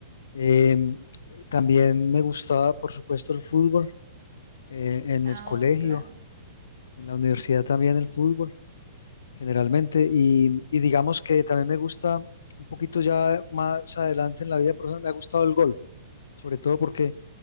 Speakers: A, on the left; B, on the right.
A: Em, Eh, también me gustaba, por supuesto, el fútbol eh, en
B: Ah,
A: el colegio,
B: oh, claro.
A: en la universidad también el fútbol. generalmente. Y, y digamos que también me gusta un poquito ya más adelante en la vida profesional, me ha gustado el golf, sobre todo porque,